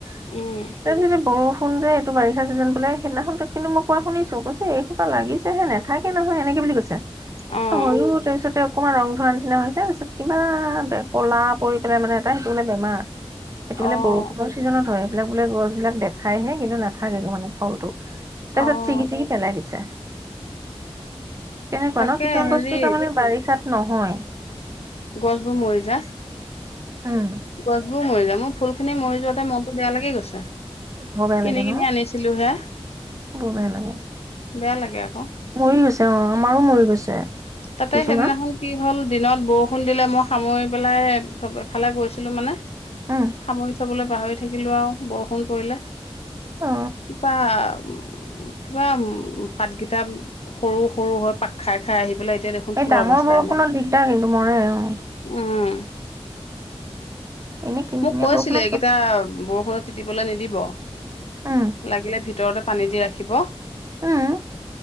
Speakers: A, on the right; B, on the left.
A: <unintelligible>
B: উম,
A: শুন যে, এইটো বাৰিষা চিজন বোলে, সেইদিনাখন কিন্তু মই কোৱা শুনিছো, কৈছে এইসোপা লাগিছেহে নেথাকে নহয় -এনেকে বুলি কৈছে।
B: অ',
A: হয়ো, তাৰপিছতে আক অকণমান ৰং ধৰা নিচিনা হৈছে, তাৰপিছত কিবা বে, ক'লা পৰি পেলাই মানে এটা, সেইটো বোলে বেমাৰ। সেইটো বোলে
B: অ',
A: বৰষুণৰ ছিজনত হয়, এইবিলাক বোলে, গছ বিলাক দেখাইহে, কিন্তু নাথাকেগৈ মানে ফলটো। তাৰপিছত
B: অ',
A: ছিগি, ছিগি পেলাই দিছে। কেনেকুৱা
B: তাকে
A: ন! কিছুমান
B: হেৰি
A: বস্তু তাৰমানে বাৰিষাত নহয়।
B: গছবোৰ মৰি যায়।
A: উম।
B: গছবোৰ মৰি যায়, মোক ফুল খিনি মৰি যোৱাতে মনটো বেয়া লাগি গৈছে,
A: বৰ বেয়া
B: কিনি,
A: লাগে
B: কিনি
A: ন
B: আনিছিলোঁ হে।
A: বৰ বেয়া লাগে
B: বেয়া লাগে আকৌ।
A: মৰি গৈছে, অ', আমাৰো মৰি গৈছে।
B: তাতে
A: কিছুমান
B: সেইদিনাখন কি হ'ল, দিনত বৰষু বৰষুণ দিলে, মই সামৰি পেলাই এক্তএফালে গৈছিলোঁ মানে
A: উম
B: সামৰি থ'বলৈ পাহৰি থ থাকিলোঁ আৰু, বৰষুণ পৰিলে।
A: অ
B: <unintelligible> উম। উ, কিবা, উম পাতকিটা সৰু-সৰু হৈ পাক খাই, খাই আহি পেলাই এতিয়া দেখোন ফুলৰ
A: এই ডাঙৰ
B: অৱস্থাই
A: বৰষুণত
B: নাই
A: দিগদাৰ কিন্তু, মৰে। অ।
B: উম।
A: এনেই কিন
B: মোক
A: কিনিয়া
B: কৈছিলে,
A: বৰষুণত
B: এইকেইটা
A: ক-
B: বৰ ষুণত তিতিবলৈ নিদিব।
A: উম
B: লাগিলে ভিত ভিতৰতে পানী দি ৰাখিব।
A: উম।